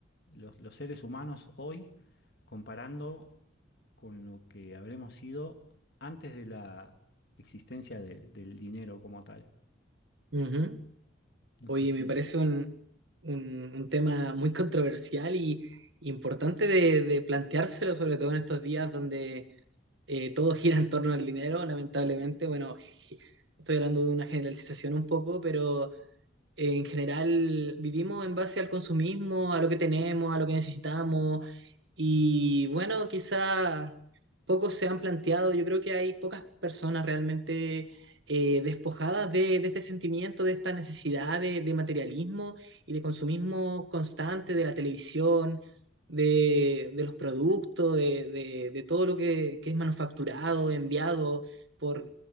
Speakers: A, on the left; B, on the right.
A: los, los seres humanos hoy comparando con lo que habremos sido antes de la existencia del del dinero como tal.
B: ujú.
A: No
B: Oye,
A: sé si...
B: me parece un, un- un tema muy controversial y importante de, de planteárselo, sobre todo en estos días donde eh, todo <laughs> gira en torno al dinero, lamentablemente. Bueno, <laughs> estoy hablando de una generalización un poco, pero en general vivimos en base al consumismo, a lo que tenemos, a lo que necesitamos. Y bueno, quizá pocos se han planteado, yo creo que hay pocas personas realmente eh, despojadas de, de este sentimiento, de esta necesidad de, de materialismo y de consumismo constante de la televisión, de, de los productos, de, de- de todo lo que, que es manufacturado, enviado por,